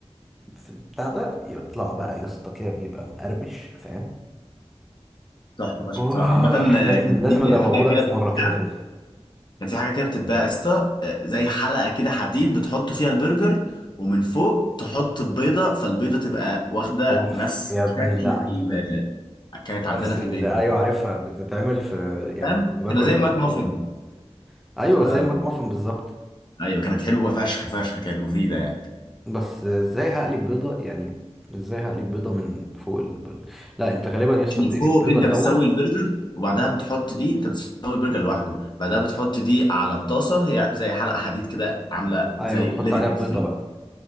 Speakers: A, in the centre; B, on the left.
A: في البتاع ده يطلع بقى يا اسطى كده بيبقى مقرمش فاهم
B: تحفه فشخ
A: اوه
B: بصراحه عامه آه،
A: لازم
B: كانت
A: لازم
B: بتيجي
A: ادوقهولك
B: حاجه كده
A: في
B: بتحبها
A: مرة كده كده
B: كان في حاجه كده بتتباع يا اسطى آه، زي حلقه كده حديد بتحط فيها البرجر ومن فوق تحط البيضه فالبيضه تبقى واخده
A: اوف
B: نفس
A: يا ابن
B: شكل
A: اللعيبه
B: ال- <laughs> كانت
A: نفس
B: عندنا في
A: اللي
B: البيت
A: ايوه عارفها بتتعمل في يعني
B: فاهم
A: كنت باكل
B: تبقى زي الماك
A: قبل كده
B: مافن
A: ايوه
B: تبقى
A: زي ماك مافن بالظبط
B: ايوه كانت حلوه فشخ فشخ كانت مفيده يعني
A: بس ازاي هقلب بيضه يعني ازاي هقلب بيضه من فوق البرجر لا انت غالبا يا اسطى
B: من
A: بتقلب
B: فوق
A: بيضه
B: انت
A: الاول
B: بتسوي البرجر وبعدها بتحط دي انت بتسوي البرجر لوحده بعدها بتحط دي على الطاسه هي زي حلقه حديد كده عامله
A: ايوه
B: زي
A: تحط
B: ليميت
A: عليها البيضه بقى